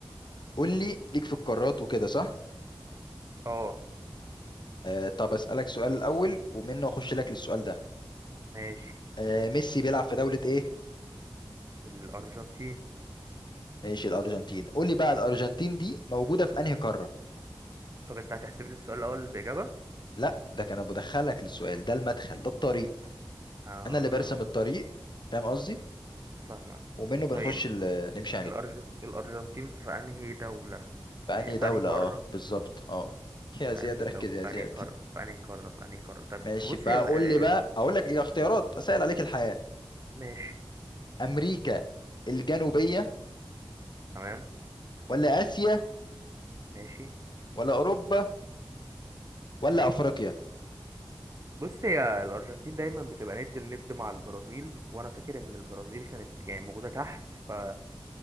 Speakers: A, on the left (about 50°); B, on the right (about 35°).
A: قول لي ليك في القارات وكده صح
B: اه
A: آه طب اسالك سؤال الاول ومنه اخش لك للسؤال ده
B: ماشي
A: آه ميسي بيلعب في دولة ايه
B: الارجنتين
A: ماشي الارجنتين قول لي بقى الارجنتين دي موجودة في انهي قارة
B: طب انت هتحسب لي السؤال الاول باجابه
A: لا ده كان بدخلك للسؤال ده المدخل ده الطريق
B: اه
A: انا اللي برسم الطريق فاهم قصدي
B: فاهمك
A: ومنه بنخش
B: طيب
A: ال- نمشي عليه
B: الأرجن... الأرجنتين في أنهي دولة؟
A: بأنهي
B: ما هي- في
A: دولة
B: أنهي قارة؟
A: اه بالظبط اه يا
B: في
A: زياد
B: انهي
A: ركز
B: دو في
A: يا زياد
B: انهي قارة في انهي قارة في انهي قارة طب
A: ماشي
B: بص
A: فقول
B: هي ال... ال-
A: لي بقى
B: ال-
A: اقول لك ايه اختيارات اسهل عليك الحياة
B: ماشي
A: امريكا الجنوبية
B: تمام
A: ولا اسيا
B: ماشي
A: ولا اوروبا ولا
B: تمام
A: افريقيا
B: بص هي الأرجنتين دايما بتبقى ند لند مع البرازيل وأنا فاكر إن البرازيل كانت يعني موجودة تحت ف...